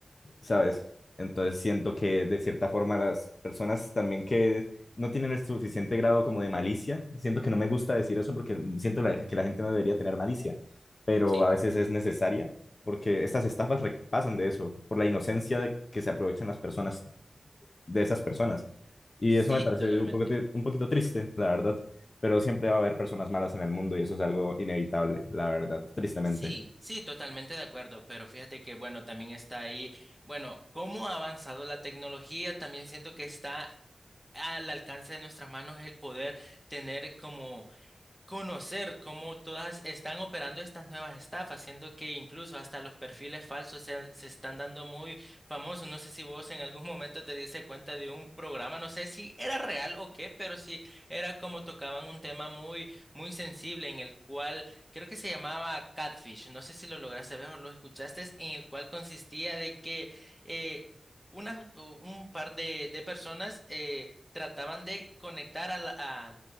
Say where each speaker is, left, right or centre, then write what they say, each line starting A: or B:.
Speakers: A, on the left; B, in the centre.
A: ¿sabes? Entonces siento que de cierta forma las personas también que no tienen el suficiente grado como de malicia, siento que no me gusta decir eso porque siento la- que la gente no debería tener malicia, pero
B: sí,
A: a
B: correcto.
A: veces es necesaria porque estas estafas re- pasan de eso, por la inocencia de que se aprovechan las personas, de esas personas. Y
B: Sí,
A: eso me parece
B: Sí, totalmente.
A: un poco, un poquito triste, la verdad, pero siempre va a haber personas malas en el mundo y eso es algo inevitable, la verdad, tristemente.
B: Sí, sí, totalmente de acuerdo, pero fíjate que bueno, también está ahí, bueno, cómo ha avanzado la tecnología, también siento que está al alcance de nuestras manos es el poder tener como conocer cómo todas están operando estas nuevas estafas, siento que incluso hasta los perfiles falsos se, han- se están dando muy famosos. No sé si vos en algún momento te diste cuenta de un programa, no sé si era real o qué, pero sí era como tocaban un tema muy, muy sensible en el cual creo que se llamaba Catfish. No sé si lo lograste ver o lo escuchaste, en el cual consistía de que eh, una- u- un par de, de personas eh, trataban de conectar a, la- a